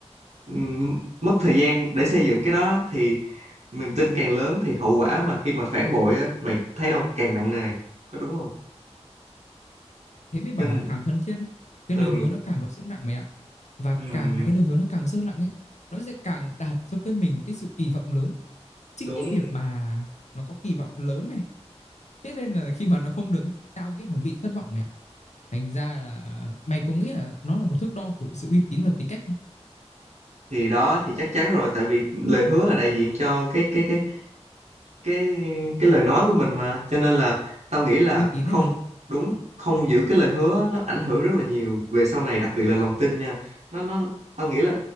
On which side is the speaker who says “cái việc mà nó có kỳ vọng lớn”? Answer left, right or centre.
Left